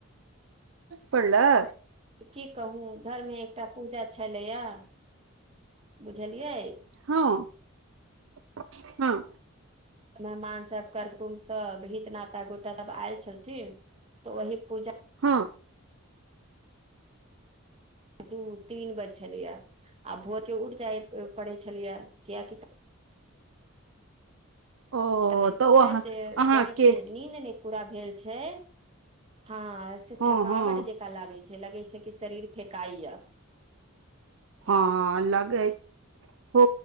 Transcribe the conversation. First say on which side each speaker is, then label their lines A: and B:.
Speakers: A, on the right; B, on the right.
A: प लअ
B: की कहू घरमे एकटा पूजा छलै यै। बुझलियै
A: हँ-हॅं
B: मेहमान सब, करतुनद सब, हित, नात आ गोता सब आयल छलथिन तऽ वही पूजा
A: हँ
B: दू तीन बज छलियै आ भोर के उठ जाय पड़े छलियए कियाकि
A: ओ
B: <inaudible> बस
A: तऽ ओ अहाँके
B: से जानै छियै नींद नै पूरा भेल छै, हँ से
A: हँ
B: थकावट
A: हँ
B: जे लागई छै, लगे छै, कि शरीर फेकाइ य
A: हँ लगै हो